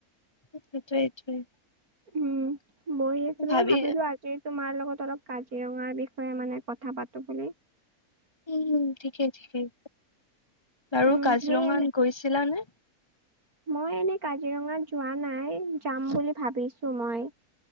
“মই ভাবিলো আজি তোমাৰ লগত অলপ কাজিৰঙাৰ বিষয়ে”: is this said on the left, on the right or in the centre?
Right